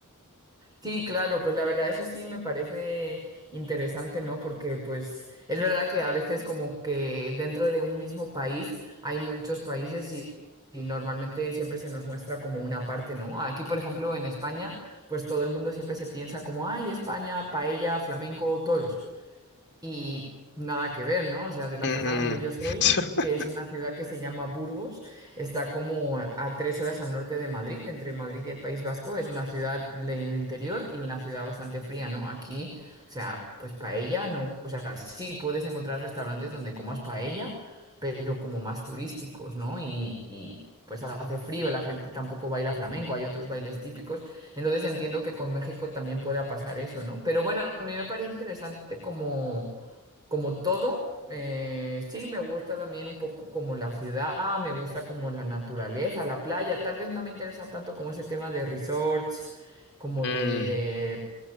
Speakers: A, on the right (about 20°); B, on the left (about 50°).
A: Sí, claro, pues la verdad eso sí me parece interesante, ¿no? Porque pues es verdad que a veces como que dentro de un mismo país hay muchos países y, y normalmente siempre se nos muestra como una parte, ¿no? Aquí, por ejemplo, en España, pues todo el mundo siempre se piensa como, ay, España, paella, flamenco, toros y nada que ver, ¿no? O sea, de la
B: Ujú.
A: zona donde yo soy,
B: <laughs>
A: que es una ciudad que se llama Burgos, está como a a tres horas al norte de Madrid, entre Madrid y el País Vasco, es una ciudad del interior y una ciudad bastante fría, ¿no? Aquí, o sea, pues paella, no, o sea, sí puedes encontrar restaurantes donde comas paella, pero como más turísticos, ¿no? Y, y pues hace frío, la gente tampoco baila flamenco, hay otros bailes típicos. Entonces entiendo que con México también pueda pasar eso, ¿no? Pero bueno, a mí me parece interesante como, como todo, eh, sí, me gusta también un poco como la ciudad, me gusta como la naturaleza, la playa. Tal vez no me interesa tanto como ese tema de resorts, como
B: Mm.
A: de